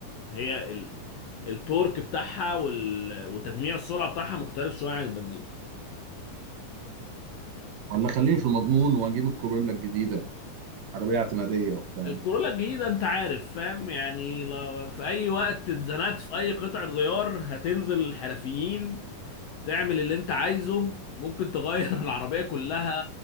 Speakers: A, on the left; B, on the right.
A: هي ال... التورك بتاعها وال... وتجميع السرعه بتاعها مختلف شويه عن البنزين
B: ولا خليني في المضمون واجيب الكورولا الجديده عربيه اعتماديه وبتاع
A: الكورولا الجديدة انت عارف فاهم يعني لو في اي وقت اتزنقت في اي قطعة غيار هتنزل الحرفيين تعمل اللي انت عايزه ممكن تغير <laughs> العربية كلها